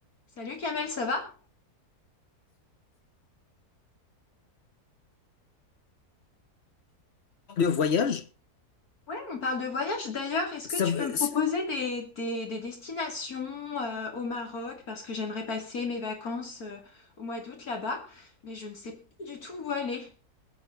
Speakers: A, on the left (about 70°); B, on the left (about 45°).
A: Salut Kamel, ça va?
B: voyage,
A: Ouais, on parle de voyage. D'ailleurs, est-ce
B: ça,
A: que tu
B: veut-
A: peux me proposer
B: c'est-
A: des, des- des destinations euh, au Maroc? Parce que j'aimerais passer mes vacances euh, au mois d'août là-bas, mais je ne sais plus du tout où aller.